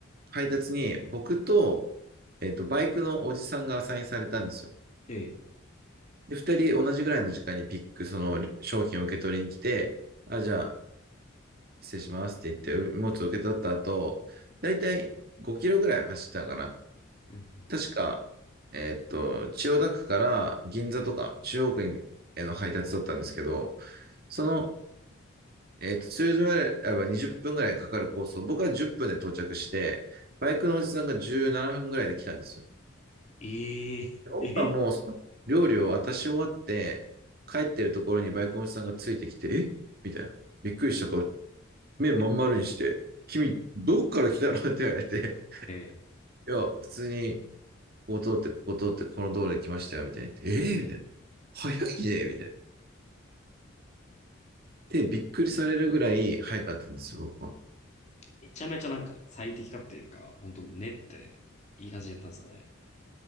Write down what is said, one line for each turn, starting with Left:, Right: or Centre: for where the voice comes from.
Right: 配達に僕と、えっと、バイクのおじさんがアサインされたんですよ。
Left: ええ、
Right: で、二人同じぐらいの時間にピック、その商品を受け取りに来て、あ、じゃあ、失礼しますって言って、荷物を受け取った後、だいたい5キロぐらい走ったかな。
Left: うん
Right: 確かえーっと、千代田区から銀座とか中央区への配達だったんですけど、その、えーっと、通常であれば20分ぐらいかかるコースを僕は10分で到着して、バイクのおじさんが17分ぐらいで来たんですよ。
Left: ええ、
Right: で僕はもうその料理を渡し終わって、
Left: ええ、
Right: 帰ってるところにバイクのおじさんがついてきて、えみたいな。びっくりした顔、目まん丸にして、君、どっから来たのって言われて、
Left: ええ
Right: いや、普通にここ通って、ここ通って、この道路に来ましたよ、みたいに言って。ええーみたいな。早いねみたいな。で、びっくりされるぐらい早かったんですよ、僕は。
Left: めちゃめちゃなんか最適化っていうか、ほんと練っていい感じでやったんですかね。